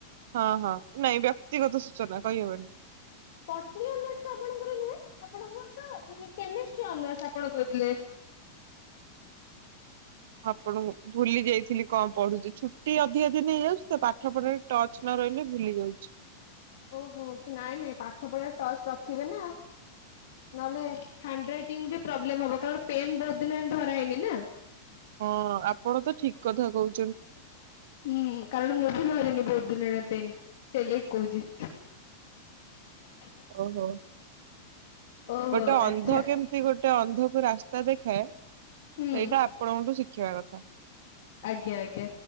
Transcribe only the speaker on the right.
ହଁ ହଁ ନାଇଁ। <unintelligible>
ଆପଣଙ୍କୁ ଭୁଲି ଯାଇଥିଲି କଣ ପଢୁଛି। ଛୁଟି ଅଧିକା ଦିନ ହେଇଯାଉଛି। ତ ପାଠ ପଢରେ ଟଚ ନ ରହିଲେ ଭୁଲି ଯାଉଛି।
ହଁ ଆପଣ ତ ଠିକ କଥା କହୁ।
ଓ ହୋ।
ଗୋଟେ ଅନ୍ଧ
କେମିତି ଗୋଟେ ଅନ୍ଧ। କୁ ରାସ୍ତା ଖାଏ। ସେଇଟା
ଆପଣଙ୍କ ଠୁ ସି। ଶିଖିବା କଥା।